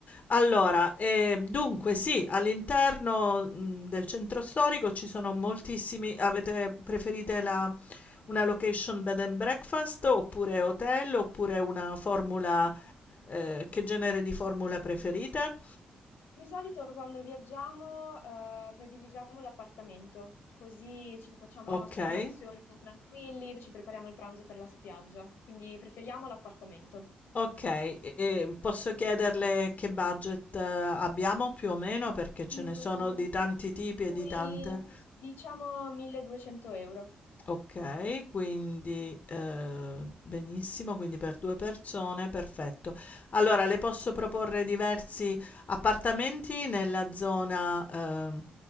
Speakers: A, on the left; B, on the left.
A: Allora, ehm, dunque sì, all'interno, mhmm, del centro storico ci sono moltissimi avete preferite la una location bed and breakfast oppure hotel, oppure una formula ehm, che genere di formula preferite?
B: di solito quando viaggiamo eh, prediligiamo l'appartamento, così ci facciamo
A: Okay,
B: la nostra colazione tranquilli, ci prepariamo il pranzo per la spiaggia, quindi preferiamo l'appartamento.
A: okay. E e posso chiederle che budget eh, abbiamo più o meno? Perché ce
B: Mm,
A: ne sono di tanti tipi
B: Sui,
A: e di tante
B: diciamo, 1200 euro.
A: Okay, quindi, ehm, benissimo, quindi per 2 persone, perfetto. Allora le posso proporre diversi appartamenti nella zona ehm,